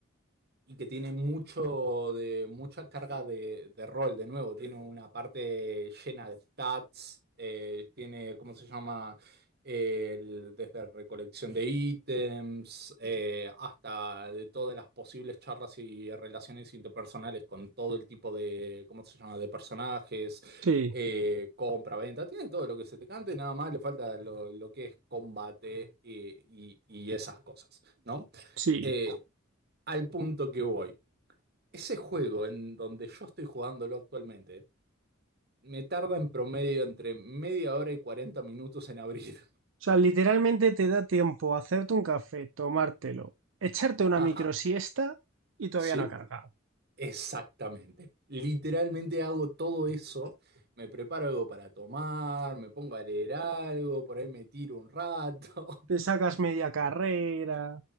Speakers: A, on the right; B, on the right.
A: y que tiene mucho de, mucha carga de, de rol, de nuevo. Tiene una parte llena de stats, eh, tiene, ¿cómo se llama? el- desde recolección de ítems eh, hasta de todas las posibles charlas y relaciones interpersonales con todo el tipo de, ¿cómo se llama?, de personajes,
B: sí,
A: eh, compra, venta, tiene todo lo que se te cante, nada más le falta lo, lo que es combate y, y- y esas cosas, ¿no?
B: sí.
A: Eh, al punto que voy. Ese juego en donde yo estoy jugándolo actualmente, me tarda en promedio entre media hora y 40 minutos en abrir.
B: O sea, literalmente te da tiempo a hacerte un café, tomártelo, echarte una
A: <laughs> Ajá.
B: microsiesta y todavía
A: Sí,
B: no ha cargado.
A: exactamente. Literalmente hago todo eso. Me preparo algo para tomar, me pongo a leer algo, por ahí me tiro un rato.
B: Te
A: <laughs>
B: sacas media carrera.